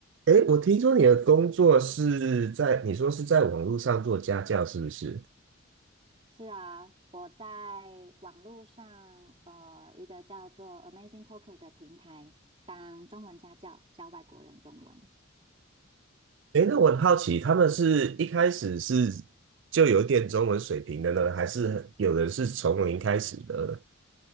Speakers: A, on the right (about 65°); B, on the right (about 25°).
A: 哎，我听说你的工作是在，你说是在网络上做家教，是不是？
B: 是啊，我在网络上呃一个叫做 Amazing Talker 的平台当中文家教，教外国人中文。
A: 哎，那我很好奇，他们是一开始是就有点中文水平的呢，还是有人是从零开始的？